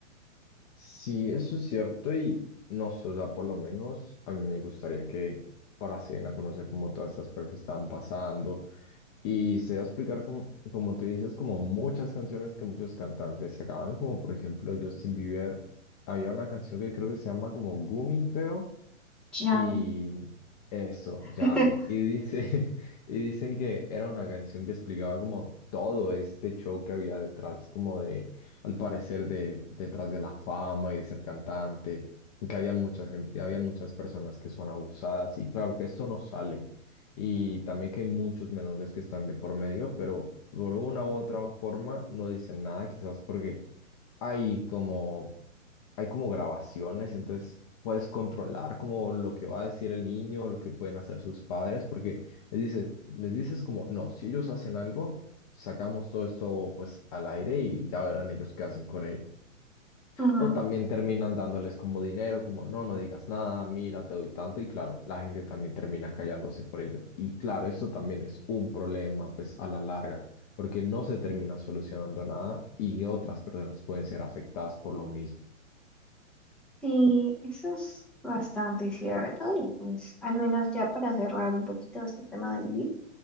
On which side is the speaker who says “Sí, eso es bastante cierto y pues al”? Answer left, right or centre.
Centre